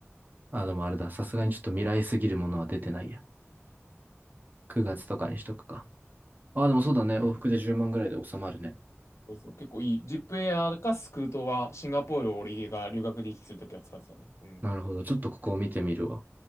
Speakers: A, on the right; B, on the left.
A: あ、でもあれだ。さすがにちょっと未来すぎるものは出てないや。9月とかにしとくか。あ、でもそうだね。
B: ジ
A: 往復で10万ぐらいで収まるね。
B: そうそう、結構いい。ジップエアかスクートはシンガポールを俺が留学で行き来するときは使ってたね。うん。
A: なるほど。ちょっとここを見てみるわ。